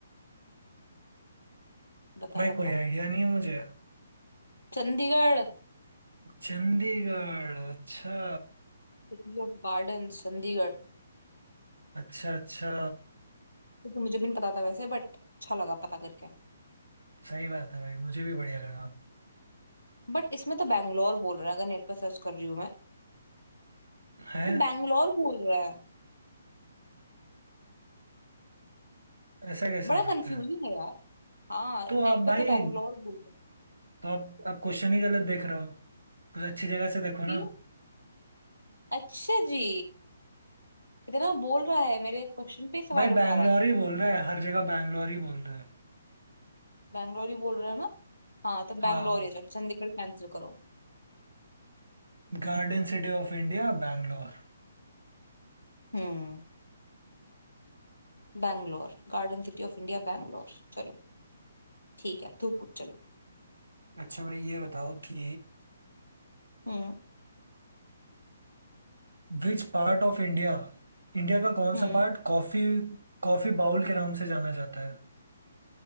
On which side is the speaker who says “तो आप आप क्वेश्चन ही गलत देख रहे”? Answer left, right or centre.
Right